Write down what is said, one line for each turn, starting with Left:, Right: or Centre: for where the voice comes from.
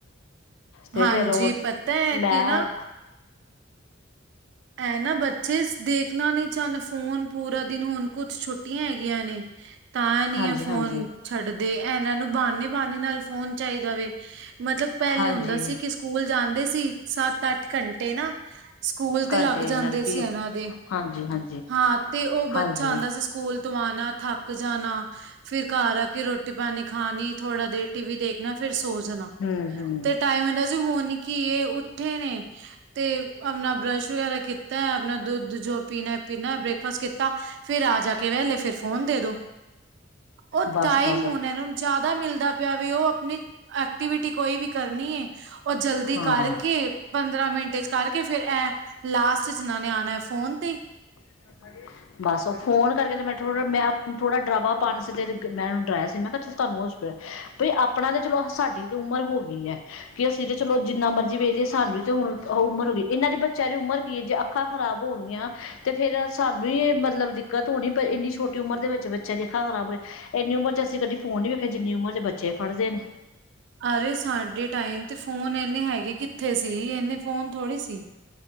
Left: ਤੇ
Right: ਹਾਂਜੀ,
Left: ਫੇਰ ਉਹ
Right: ਪਤਾ ਹੈ
Left: ਮੈਂ
Right: ਕਿ ਨਾ ਐ ਨਾ ਬੱਚੇ ਦੇਖਣਾ ਨਹੀ ਚਾਹੁੰਦੇ ਫੋਨ, ਪੂਰਾ ਦਿਨ ਹੁਣ ਕੁਛ ਛੁੱਟੀਆਂ ਹੈਗੀਆਂ ਨੇ ਤਾਂ ਨੀ
Left: ਹਾਂਜੀ
Right: ਆ ਫੋਨ
Left: ਹਾਂਜੀ
Right: ਛੱਡਦੇ, ਇਹਨਾਂ ਨੂੰ ਬਹਾਨੇ-ਬਹਾਨੇ ਨਾਲ ਫੋਨ ਚਾਹੀਦਾ ਵੇ। ਮਤਲਬ ਪਹਿਲੇ
Left: ਹਾਂਜੀ
Right: ਹੁੰਦਾ ਸੀ ਕਿ ਸਕੂਲ ਜਾਂਦੇ ਸੀ, ਸੱਤ-ਅੱਠ ਘੰਟੇ ਨਾ ਸਕੂ- ਲ ਤੇ
Left: ਘੰਟੇ
Right: ਲੱਗ ਜਾਂਦੇ
Left: ਨਾਲ ਬੀਤ
Right: ਸੀ ਇਹਨਾਂ ਦੇ,
Left: ਹਾਂਜੀ ਹਾਂਜੀ
Right: ਹਾਂ ਤੇ ਉਹ ਬੱਚਾ
Left: ਹਾਂਜੀ
Right: ਆਦਾ ਸੀ। ਸਕੂਲ ਤੋਂ ਆਣਾ ਥੱਕ ਜਾਣਾ, ਫਿਰ ਘਰ ਆ ਕੇ ਰੋਟੀ-ਪਾਣੀ ਖਾਣੀ ਥੋੜਾ ਦੇਰ ਟੀ ਵੀ ਦੇਖਣਾ ਫਿਰ ਸੋਂ ਜਾਣਾ
Left: ਹੂੰ ਹੂੰ
Right: ਤੇ ਟਾਈਮ ਇਹਦਾ ਤੇ ਹੁਣ ਕੀ ਇਹ ਉੱਠੇ ਨੇ ਤੇ, ਆਪਣਾ ਬਰਸ਼ ਵਗੈਰਾ ਕੀਤਾ। ਆਪਣਾ ਦੁੱਧ ਜੋ ਪੀਣਾ-ਪੀਣਾ ਬ੍ਰੇਕਫਾਸਟ ਕੀਤਾ। ਫਿਰ ਆ ਜਾ ਕੇ ਵੇਹਲੇ ਫੋਨ ਦੇ ਦੋ ਉਹ
Left: ਬਸ
Right: ਟਾਈਮ
Left: ਬਸ
Right: ਹੁਣ ਇਹ ਨੂੰ ਜ਼ਿਆਦਾ ਮਿਲਦਾ ਪਿਆ ਵੀ, ਉਹ ਆਪਣੀ ਐਕਟੀਵਿਟੀ ਕੋਈ ਵੀ ਕਰਨੀ ਏ। ਉਹ ਜਲਦੀ
Left: ਹਾਂ
Right: ਕਰਕੇ ਪੰਦਰਾਂ ਮਿੰਟ 'ਚ ਕਰਕੇ ਫਿਰ ਐਂ ਲਾਸਟ ਚ ਇਹਨਾਂ ਨੇ ਆਉਣਾ ਫੋਨ ਤੇ
Left: <inaudible> ਬਸ ਉਹ ਫੋਨ ਕਰਕੇ, ਤੇ ਮੈਂ ਥੋੜਾ ਮੈਂ ਥੋੜਾ ਡਰਾਵਾ ਪਾਣਾ ਸੀ, ਤੇ ਮੈਂ ਡਰਾਇਆ ਸੀ ਮੈਂ ਕਿਹਾ ਚ ਤੁਹਾਨੂੰ ਹੋਸਪਿਟਲ ਬਈ ਆਪਣਾ ਤਾਂ ਚਲੋ ਸਾਡੀ ਤੇ ਉਮਰ ਹੋ ਗਈ ਐ। ਕਿ ਅਸੀ ਤੇ ਚਲੋ, ਜਿੰਨਾ ਮਰਜ਼ੀ ਵੇਖ ਲਈਏ ਸਾਨੂੰ ਤੇ ਹੁਣ ਉਹ ਉਮਰ ਹੋ ਗਈ ਇਹਨਾਂ ਦੇ ਬੱਚਿਆਂ ਦੀ ਉਮਰ ਕੀ ਐ ਜੇ ਅੱਖਾਂ ਖ਼ਰਾਬ ਹੋਗੀਆਂ ਤੇ ਫਿਰ ਸਾਨੂੰ ਮਤਲਬ ਦਿੱਕਤ ਹੋਣੀ ਪਰ ਇੰਨੀ ਛੋਟੀ ਉਮਰ ਦੇ ਵਿੱਚ ਬੱਚਿਆਂ ਦੀਆਂ ਅੱਖਾਂ ਖਰਾਬ ਹੋ ਇੰਨੀ ਉਮਰ ਚ ਅਸੀਂ ਕਦੀ ਫੋਨ ਨ ਵੇਖੇ, ਜਿੰਨੀ ਉਮਰ ਚ ਬੱਚੇ ਫੜਦੇ ਨੇ।
Right: ਅਰੇ ਸਾਡੇ ਟਾਈਮ ਤੇ ਫੋਨ ਇੰਨੇ ਹੈਗੇ ਕਿੱਥੇ ਸੀ ਇਹਨੇ ਫੋਨ ਥੋੜੀ ਸੀ।